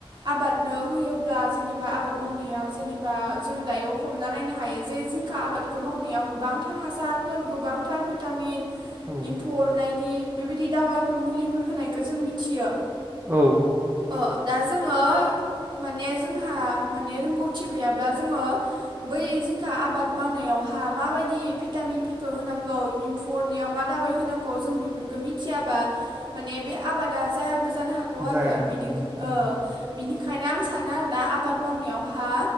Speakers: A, on the right; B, on the right.
A: आबादनो होयोब्ला जेनेबा आबाद मावनायाव जेनेबा जों दायो हमना नायनो हायो जे जिंखा आबादखौ मावनायाव गोबांथार हासारफोर गोबांथार भिटामिन।
B: औ
A: एम्फु अरनायनि बेबायदि दावायफोर मुलिफोर होनायखौ जों मिथियो <inaudible>
B: औ।
A: अ दा जोङो माने जोंहा माने रोंगौथि गैया जोङो बै जिंखा मावनायाव हा मा बादि भिटामिनफोरखौ होनांगौ एम्फु अरनायाव मा दावाय होनांगौं जों बेफोरखौ मिथियाबा माने बे आबादा जायहा जानो हागौ आरो
B: जाया
A: बिनि
B: उम उम
A: ओ। बिनिखायनो आं सानो आरोना आबाद मावनायावहा